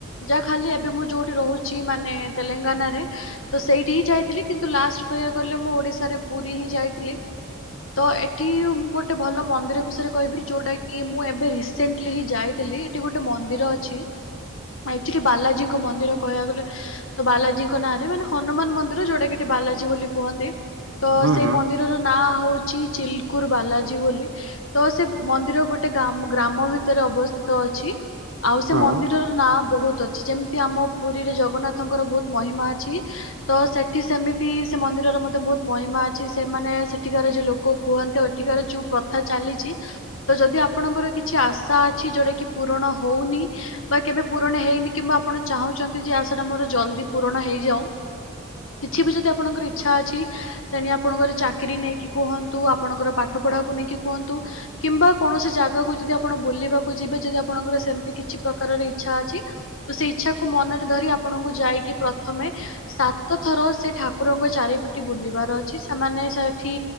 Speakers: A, on the left (about 75°); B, on the right (about 65°).
A: ଯାହା ଖାଲି ଏବେ ମୁଁ ଯୋଉଠି ରହୁଛି ମାନେ ତେଲେଙ୍ଗାନାରେ ତ ସେଇଠି ହିଁ ଯାଇ ଥିଲି, କିନ୍ତୁ ଲାଷ୍ଟ କହିବାକୁ ଗଲେ ମୁଁ ଓଡିଶାରେ ପୁରୀ ହିଁ ଯାଇଥିଲି। ତ ଏଠି ଗୋଟେ ଭଲ ମନ୍ଦିର ବିଷୟରେ କହିବି ଯୋଉଟା କି ମୁଁ ଏବେ ରିସେଣ୍ଟଲି ହିଁ ଯାଇଥିଲି। ଏଠି ଗୋଟେ ମ ମନ୍ଦିର ଅଛି। ହଁ ଏକ୍ଚୁଲି ବାଲାଜୀଙ୍କ ମନ୍ଦିର କହିବାକୁ ଗଲେ ତ ବାଲାଜୀଙ୍କ ନାଁରେ ମାନେ ହନୁମାନ ମନ୍ଦିର ଯୋଉଟା କି ବାଲାଜୀ ବୋଲି କୁହନ୍ତି। ତ
B: ହୁଁ
A: ସେଇ
B: ହୁଁ
A: ମନ୍ଦିରର ନାଁ ହଉଚି ଚିଲକୁରୁ ବାଲା ଜୀ ବୋଲି ତ ସେ ମନ୍ଦିର ଗୋଟେ ଗାମ ଗ୍ରାମ ଭିତରେ ଅବସ୍ଥିତ ଅଛି। ଆଉ ସେ
B: ହଁ
A: ମନ୍ଦିର ର ନାଁ ବହୁ ତ ଅଛି, ଯେମିତି ଆମ ପୁରୀରେ ଜଗନ୍ନାଥଙ୍କର ବହୁତ ମହିମା ଅଛି ତ ସେଠି ସେମିତି ସେ ମନ୍ ନ୍ଦିରର ମଧ୍ୟ ବହୁତ ମହିମା ଅଛି ସେମାନେ ସେଠିକାର ଯୋ ଲୋକ କୁହନ୍ତି ଆଉ ଏଠିକାର ଯୋଉ ପ୍ରଥା ଚାଲିଚି। ତ ଯଦି ଆପଣଙ୍କର କିଛି ଆଶା ଅଛି ଯୋଉଟା କି ପୂରଣ ହଉନି ବା କେବେ ପୂରଣ ହେଇନି କିମ୍ବା ଆପଣ ଚାହୁଁଚନ୍ତି ଯେ ଆଶାଟା ମୋର ଜଲଦି ପୂରଣ ହେଇଯାଉଁ। କିଛି ବି ଯଦି ଆପଣଙ୍କର ଇଚ୍ଛା ଅଛି ତେଣି ଆପଣଙ୍କର ଚାକିରି ନେଇକି କୁହନ୍ତୁ। ଆପଣଙ୍କର ପାଠ ପଢା ନେଇକି କୁହନ୍ତୁ। କିମ୍ବା କୌଣସି ଜାଗାକୁ ଯଦି ଆପଣ ବୁଲିବାକୁ ଯିବେ ଯଦି ଆପଣଙ୍କର ସେମିତି କିଛି ପ୍ରକାର ରର ଇଚ୍ଛା ଅଛି ତ ସେ ଇଚ୍ଛାକୁ ମନରେ ଧରି ଆପଣଙ୍କୁ ଯାଇକି ପ୍ରଥମେ ସାତ ଥର ତ ସେ ଠାକୁରଙ୍କ ଚାରିପିଟି ବୁଲିବାର ଅଛି ସେମାନେ ସେଠି